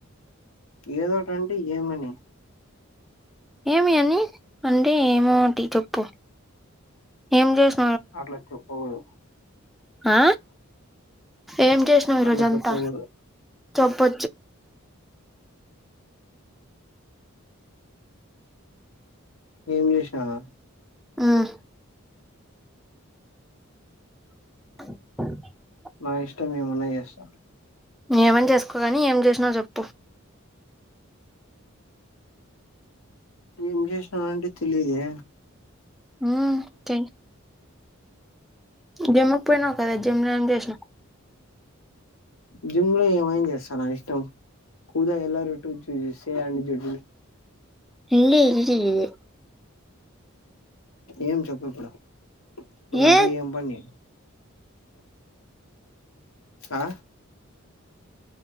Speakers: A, on the left; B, in the centre.
A: ఏదోటింటే ఏమని
B: ఏమి అని అంటే ఏమోటి చెప్పు ఏం చేస్త
A: అట్లా చెప్పకూడదు
B: ఆ ఏం చేసినావు ఈరోజంతా
A: అట్లా చెప్పకూడదు
B: చెప్పు
A: ఏం చేసిననా
B: ఉమ్ స
A: నా ఇష్టం ఏమన్నా చేస్తా
B: ఏం అన్న చేసుకోగాని ఏం చేసినావు చెప్పు
A: ఏం చేసినను అంటే తెలిదే
B: ఉమ్ తే జిమ్కి పోయినావ్ కదా జిమ్ లో చేసిన వ్
A: జిమ్ లో ఏమైన్ చేస్తా నా ఇష్టం కూద ఎల్ల రొట్టు చూస్తే అ జడ్లు
B: ఇలీ ఇది ఇవి
A: ఏం చెప్పు ఇప్పుడు ఇప్పుడు నాతో
B: ఏ
A: ఏం పని అ